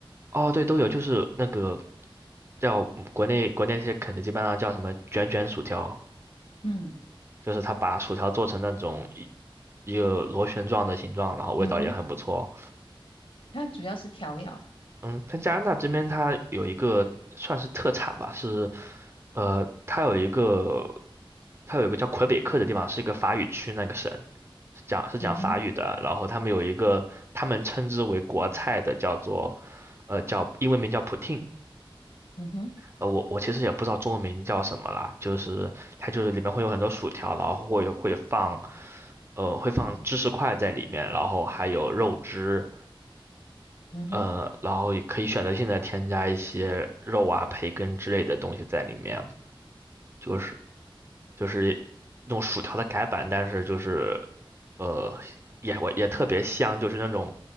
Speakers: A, on the right; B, on the left.
A: 哦，对，都有，就是那个叫国内国内那些肯德基、麦当劳叫什么卷卷薯条，
B: 嗯
A: 就是它把薯条做成那种一一个螺旋状的形状，然后味道也很不错。
B: 嗯哼，它主要是调料。
A: 嗯，在加拿大这边，它有一个算是特产吧，是呃，它有一个它有一个叫魁北克的地方，是一个法语区那个省，讲是讲法语的。
B: 嗯哼
A: 然后他们有一个他们称之为国菜的，叫做呃叫英文名叫 poutine，
B: 嗯哼
A: 呃我我其实也不知道中文名叫什么啦，就是它就是里面会有很多薯条，然后会会放呃会放芝士块在里面，然后还有肉汁。
B: 嗯哼。
A: 呃，然后也可以选择性的添加一些肉啊、培根之类的东西在里面，就是就是用薯条的改版，但是就是呃也我也特别香，就是那种